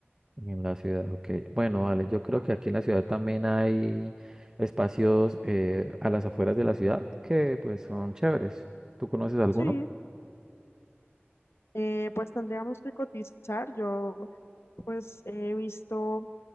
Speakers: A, on the right; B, on the left.
A: En la ciudad, ok. Bueno, vale, yo creo que aquí en la ciudad también hay espacios eh, a las afueras de la ciudad que pues son chéveres. ¿Tú conoces alguno?
B: Sí. Eh, pues tendríamos que cotizar. Yo pues he visto